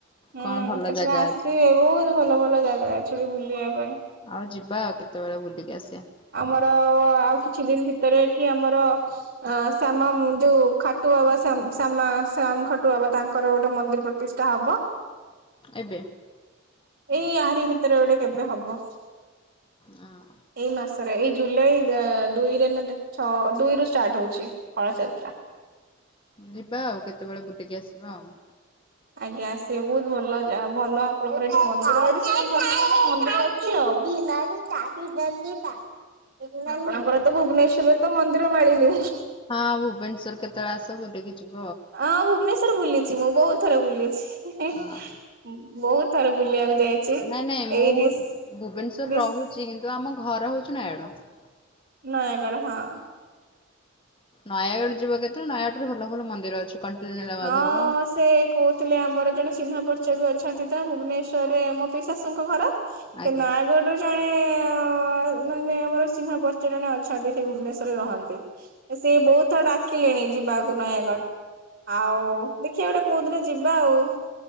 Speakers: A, on the right; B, on the left.
A: ହୁଁ
B: କଣ
A: କେତେବେଳେ
B: ଭଲ ଜାଗା
A: ଆସିବେ
B: ଅଛି
A: ବହୁତ ଭଲ ଭଲ ଜାଗା ଅଛି। କେବେ ବୁଲିିବାକୁ
B: ଆଉ ଯିବା କେ କେତେବେଳେ ବୁଲିକି ଆସିବା।
A: ଆମର ଅ ଆଉ କିଛି ଦିନ ଭିତରେ ଏଠି ଆମର ଆ ଶ୍ୟାମା ଯୋଉ ଖାଟୁ ବାବା ଶ୍ୟାମା ଶ୍ୟାମା ଶ୍ୟାମ ଖାଟୁ ବାବା ତାଙ୍କର ଗୋଟେ ମନ୍ଦିର ପ୍ରତିଷ୍ଠା ହବ।
B: ଏବେ।
A: ଏଇ ଆରିି ଭିତରେ ଗୋଟେ କେବେ ହବ। ବ
B: ହଁ
A: ଏଇ ମାସ ରେ ଏଇ ଜୁଲାଇ ଅ ଦୁଇରେ ନା ଦେ ଛଅ ଦୁଇରୁ ଷ୍ଟାର୍ଟ ହଉଛି। କଳସ ଯାତ୍ରା।
B: ଯିବା ଆଉ କେତେବେଳେ ବୁ ଏଇଠି କି ଆସିବା ଆଉ।
A: ଆଜ୍ଞା ଆସିବେ ବହୁତ ଭଲ ଯା ଭଲ ଆପଣଙ୍କର ଏଠି <unintelligible> ଆମର ତ ଭୁବନେଶ୍ଵରରେ ତ ମନ୍ଦିର ମାଳିନି।
B: ହଁ ଭୁବନେଶ୍ଵର କେତେବେଳେ ଆସ ବୁଲିକି ଯିବ
A: ହଁ ଭୁବନେଶ୍ୱର ବୁଲି ଚି ମୁଁ ବହୁତ ଥରେ ବୁଲିୁଛି।
B: ଆଉ
A: <inaudible>
B: ହଁ
A: ବହୁତ ଥର ବୁଲିବାକୁ ଯାଇଛି
B: ନାଇଁ ନାଇଁ ମୁଁ
A: ଏଇ ରିସ୍
B: ଭୁବନେଶ୍ଵର
A: ରିସ୍
B: ରହୁଛି କିନ୍ତୁ ଆମ ଘର ହଉଛି ନୟାଗଡ଼।
A: ନୟାଗଡ଼ ହଁ।
B: ନୟାଗଡ ଯିବ କେତେ ନୟାଗଡ଼ ରେ ଭଲ ଭଲ ମନ୍ଦିର ଅଛି। କଣ୍ଟିଲ ନୀଳମାଧବ
A: ହଁ ସେ କହୁଥିଲେ ଆମର ଜଣେ ଚିହ୍ନା ପରିଚୟ ବି ଅ ଅଛନ୍ତି ତ ଭୁବନେଶ୍ୱରରେ ମୋ ପି ଶାଶୁଙ୍କ ଘର। ସେ
B: ଆଜ୍ଞା
A: ନୟାଗଡ ର ଜଣେ ନେ ମାନେ ଆମର ଚିହ୍ନା ପରିଚ ଜଣେ ଅଛନ୍ତି ସେ ଭୁବନେଶ୍ଵରରେ ରହନ୍ତି ସିଏ ବହୁତ ଥର ଡାକିଲେଣି ଯିବାକୁ ନୟାଗଡ଼। ଆଉ ଦେଖିବା ଗୋଟେ କୋଉ ଦିନ ଯିବା ଆଉ।